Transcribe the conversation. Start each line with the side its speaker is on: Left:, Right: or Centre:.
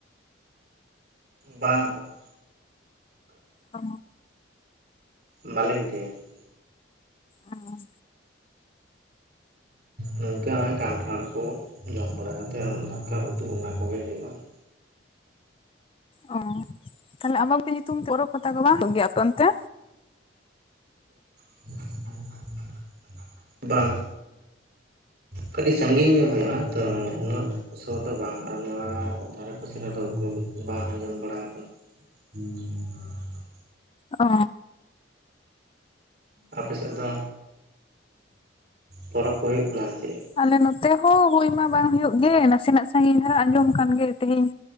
Right: ᱵᱟᱝ ᱵᱟᱝ
Left: ᱚ
Right: ᱵᱟᱞᱮ ᱯᱤᱴᱷᱟᱹᱭᱟ ᱾
Left: ᱟᱨ᱾
Right: ᱱᱤᱝᱠᱟᱹ ᱦᱚᱸᱜᱼᱚᱭ ᱠᱟᱱᱴᱷᱟᱲ ᱠᱚ ᱡᱚᱢ ᱵᱟᱲᱟ ᱠᱟᱛᱮᱫ ᱫᱟᱠᱟ ᱩᱛᱩ ᱚᱱᱟ ᱠᱚᱜᱮ ᱦᱩᱭᱩᱜᱼᱟ ᱾
Left: ᱚ ᱛᱟᱦᱚᱞᱮ ᱟᱢᱵᱚᱵᱚᱛᱤ ᱧᱩᱛᱩᱢ ᱯᱚᱨᱚᱵᱽ ᱯᱟᱛᱟ ᱠᱚ ᱵᱟᱝ ᱦᱩᱭᱩᱜ ᱜᱮᱭᱟ ᱟᱯᱮ ᱮᱚᱱᱛᱮ?
Right: ᱦ <inaudible> ᱵᱟᱝ ᱠᱟᱹᱴᱤᱡ ᱥᱟᱺᱜᱤᱧ ᱧᱚᱜ ᱦᱩᱭᱩᱜᱼᱟ ᱛᱚ ᱩᱱᱟᱹᱜ ᱥᱳᱨ ᱫᱚ ᱵᱟᱝ ᱟᱨ ᱱᱚᱣᱟ ᱫᱷᱟᱨᱮ ᱯᱟᱥᱮ ᱨᱮᱫᱚ ᱵᱟᱝ ᱟᱸᱡᱚᱢ ᱵᱟᱲᱟ ᱟᱠᱟᱱᱟ ᱾ ᱦᱮᱸ᱾
Left: ᱚ
Right: ᱟᱨ ᱟᱯᱮ ᱥᱮᱫ ᱫᱚ ᱯᱚᱨᱚᱵᱽ ᱠᱚ ᱦᱩᱭᱩᱜ ᱠᱟᱱᱟ ᱥᱮ ᱪᱮᱫ?
Left: ᱟᱞᱮ ᱱᱚᱛᱮ ᱦᱚᱸ ᱦᱩᱭ ᱢᱟ ᱵᱟᱝ ᱦᱩᱭᱩᱜ ᱜᱮ ᱱᱟᱥᱮᱱᱟᱜ ᱥᱟᱺᱜᱤᱧ ᱫᱷᱟᱨᱟ ᱟᱸᱡᱚᱢ ᱠᱟᱱᱜ ᱛᱮᱦᱮᱧ